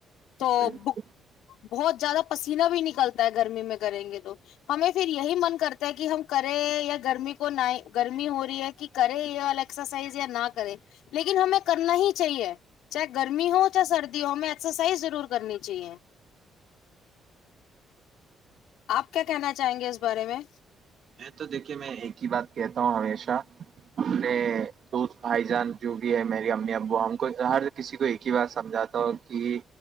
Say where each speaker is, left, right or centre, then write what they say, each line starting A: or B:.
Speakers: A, on the left (about 85°); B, on the right (about 55°).
A: تو
B: میں
A: بک بہت زیادہ پسند چینا بھی نکلتا ہے گرمی میں کریں گے تو ہمیں پھر یہی من کرتا ہے کہ ہم کریں یا گرمی کو گرمی ہو رہی ہے کہ کرے ایکسرسائز یا نہ کرے لیکن ہمیں کرنا ہی چاہیے چاہے گرمی ہو چاہے سردی ہو ہمیں ایکسرسائز ضرور کرنی چاہیے آپ کیا کہنا چاہیں گے اس بارے میں
B: ا تو دیکھیے میں ایک ہی بات کہتا ہوں ہمیشہ نے دھ بھائی جان جو بھی ہے میری امی ابو ہم کو ہر کسی کو ایک ہی بات سمجھاتا ہو کہ